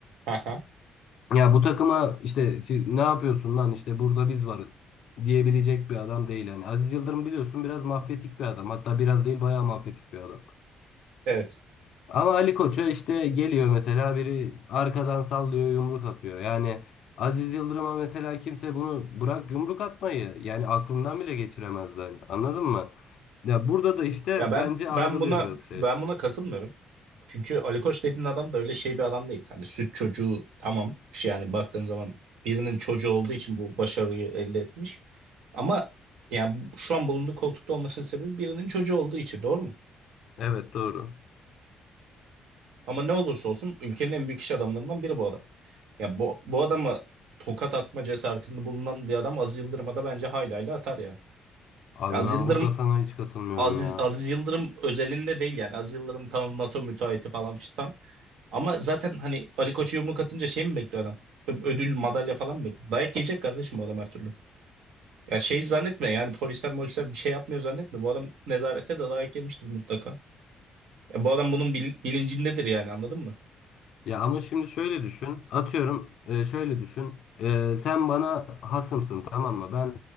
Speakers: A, on the right; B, on the left.
A: Aha.
B: Ya bu takıma işte siz ne yapıyorsun lan işte burada biz varız diyebilecek bir adam değil. Yani Aziz Yıldırım biliyorsun biraz mafyatik bir adam. Hatta biraz değil bayağı mafyatik bir adam.
A: Evet.
B: Ama Ali Koç'a işte geliyor mesela biri arkadan sallıyor yumruk atıyor. Yani Aziz Yıldırım'a mesela kimse bunu bırak yumruk atmayı yani aklından bile geçiremez Yani. Anladın mı? Ya burada da işte
A: Ya ben
B: bence
A: ben
B: ayrılıyor
A: buna
B: biraz şey.
A: ben buna katılmıyorum. Çünkü Ali Koç dediğin adam da öyle şey bir adam değil. Hani süt çocuğu tamam. Bir şey yani baktığın zaman birinin çocuğu olduğu için bu başarıyı elde etmiş. Ama yani şu an bulunduğu koltukta olmasının sebebi birinin çocuğu olduğu için doğru mu?
B: Evet doğru.
A: Ama ne olursa olsun ülkenin en büyük iş adamlarından biri bu adam. Ya bu, bu adama tokat atma cesaretinde bulunan bir adam Aziz Yıldırım'a da bence haylayla atar yani.
B: Abi
A: Ya Aziz
B: ben
A: Yıldırım
B: burada sana hiç katılmıyorum
A: Aziz,
B: ya.
A: Aziz Yıldırım özelinde değil yani. Aziz Yıldırım tamam NATO müteahhiti falan fistan. Ama zaten hani Ali Koç'a yumruk atınca şey mi bekliyor adam? Ö- Ödül, madalya falan mı bekliyor? Dayak yiyecek kardeşim bu adam her türlü. Ya şey zannetme yani polisler molisler bir şey yapmıyor zannetme. Bu adam nezarette de dayak yemiştir mutlaka. E, bu adam bunun bil- bilincindedir yani anladın mı?
B: Ya ama şimdi şöyle düşün. Atıyorum e, şöyle düşün. E, sen bana hasımsın tamam mı? Ben